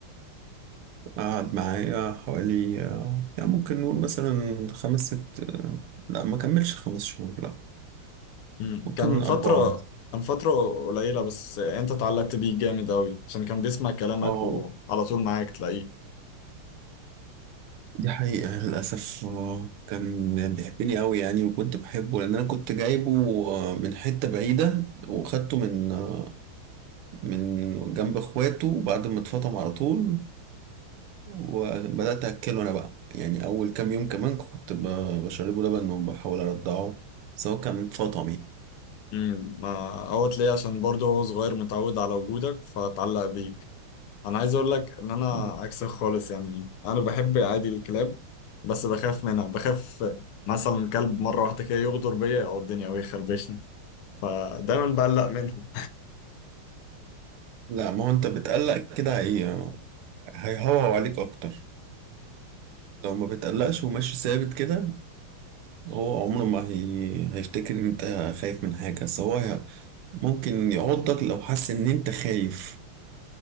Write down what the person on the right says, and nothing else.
قعد معايا حوالي آه، يعني ممكن نقول مثلا خمس ست آه، لا ما كملش خمس شهور لا
ممكن
أربعة
اه
دي حقيقة للأسف آه، كان بيحبني أوي يعني وكنت بحبه لأن أنا كنت جايبه آه، من حتة بعيدة وخدته من آه، من جنب إخواته بعد ما اتفطم على طول وبدأت أكله أنا بقى يعني أول كام يوم كمان كنت ب- بشربه لبن وبحاول أرضعه سواء كان اتفطم يعني
مم.
لا ما هو أنت بتقلق كده هي هيهوهو عليك أكتر لو ما بتقلقش وماشي ثابت كده هو عمره ما هي... هيفتكر ان انت خايف من حاجة بس هو ممكن يعضك لو حس ان انت خايف